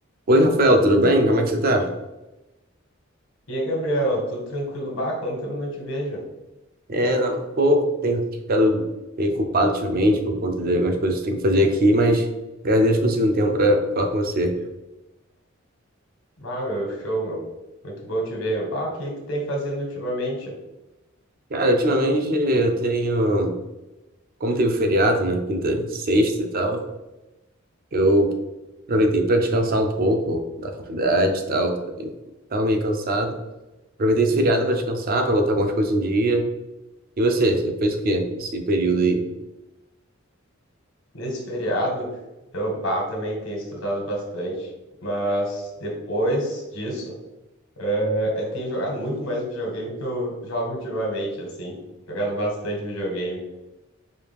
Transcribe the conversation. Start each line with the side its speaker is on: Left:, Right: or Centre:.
Right: Oi, Rafael, tudo bem? Como é que você tá?
Left: E aí, Gabriel, tudo tranquilo? Bah, quanto tempo não te vejo?
Right: É, não, pô, tenho ficado meio culpado ultimamente por conta de algumas coisas que eu tenho que fazer aqui, mas graças a Deus consegui um tempo pra pra falar com você.
Left: Bah, meu, show, meu. Muito bom te ver, meu. Bah, o que tu tem fazendo ultimamente
Right: Cara, ultimamente eu tenho, como teve feriado, né, quinta, sexta e tal, eu aproveitei pra descansar um pouco da faculdade e tal, também tava meio cansado. Aproveitei esse feriado pra descansar, pra botar algumas coisas em dia. E você, você fez o quê nesse período aí?
Left: nesse feriado? Eu, bah, também tenho estudado bastante, mas depois disso, eh, eu tenho jogado muito mais videogame que eu jogo ultimamente, assim. Jogado bastante videogame.